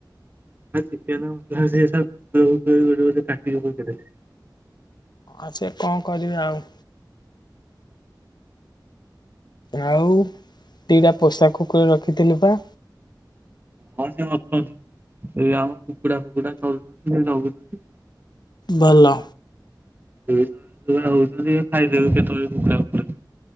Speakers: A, on the right; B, on the left.
A: <unintelligible>
B: ଆଉ ସେ କଣ କରିଵେ ଆଉ। ଆଉ। <inaudible> ଦିଟା ପୋଷା କୁକୁର ରଖିଥିଲୁ ପା।
A: ହଁ ସେ ଅଛନ୍ତି। <inaudible> ଏ ଆମ କୁକୁଡ଼ା ଫୁକୁଡା ଖାଉଛନ୍ତି ଯେ ଚଗୁଛନ୍ତି।
B: ଭଲ।
A: <unintelligible> ଖାଇଦେଵେ କେତେବେଳେ କୁକୁଡ଼ା ପୁକୁଡା।